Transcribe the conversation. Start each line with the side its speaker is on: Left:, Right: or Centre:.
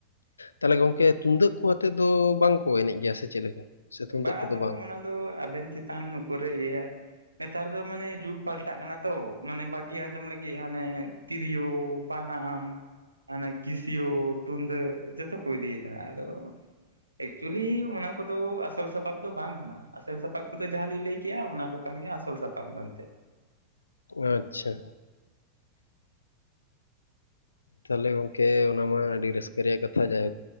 Left: ᱛᱟᱦᱞᱮ ᱜᱚᱝᱠᱮ ᱛᱩᱢᱫᱟᱹᱜ ᱠᱚ ᱟᱛᱮᱫ ᱫᱚ ᱵᱟᱝᱠᱚ ᱮᱱᱮᱡ ᱜᱮᱭᱟ ᱥᱮ ᱪᱮᱜ ᱞᱮᱠᱟ? ᱥᱮ ᱛᱩᱢᱫᱟᱹᱜ
Right: ᱵᱟ
Left: ᱠᱚᱫᱚ
Right: ᱟᱫᱚ
Left: ᱵᱟᱝ?
Right: ᱚᱱᱟ ᱫᱚ ᱟᱵᱮᱱ ᱪᱮᱛᱟᱱ ᱩᱯᱚᱨᱮ ᱤᱭᱟᱹᱭᱟ᱾ ᱱᱮᱛᱟᱨ ᱫᱚ ᱢᱟᱱᱮ ᱡᱩᱜᱽ ᱯᱟᱞᱴᱟᱜ ᱠᱟᱱᱟ ᱛᱚ ᱢᱟᱱᱮ ᱵᱟᱜᱤ ᱟᱸᱡᱚᱢ ᱞᱟᱹᱜᱤᱜ ᱦᱟᱱᱮ᱾ ᱛᱤᱨᱤᱭᱳ ᱵᱟᱱᱟᱢ᱾ ᱦᱟᱱᱮ ᱠᱤᱥᱤᱭᱳ ᱛᱩᱱᱫᱟᱹᱜ ᱡᱚᱛᱚ ᱠᱚ ᱤᱫᱤᱭᱮᱫᱟ ᱟᱫᱚ᱾ ᱮᱠᱪᱩᱭᱮᱞᱤ ᱚᱱᱟ ᱠᱚᱫᱚ ᱟᱥ ᱥᱚᱞ ᱥᱟᱯᱟᱵ ᱫᱚ ᱵᱟᱝ ᱠᱟᱱᱟ ᱟᱥᱚᱞ ᱥᱟᱯᱟᱵ ᱠᱚᱫᱚ ᱡᱟᱸᱦᱟ ᱞᱤᱧ ᱞᱟᱹᱭ ᱠᱮᱜ-ᱟ ᱚᱱᱟ ᱠᱚ ᱠᱟᱱ ᱜᱮᱭᱟ ᱟᱥᱚᱞ ᱥᱟᱯᱟᱵ ᱫᱚ ᱮᱱᱛᱮᱜ᱾
Left: ᱟᱪᱪᱷᱟ᱾ ᱛᱟᱦᱞᱮ ᱜᱚᱢᱠᱮ ᱚᱱᱟ ᱢᱟ ᱟᱹᱰᱤ ᱨᱟᱹᱥᱠᱟᱹ ᱨᱮᱭᱟᱜ ᱠᱟᱛᱷᱟ ᱡᱟᱭᱦᱳᱠ᱾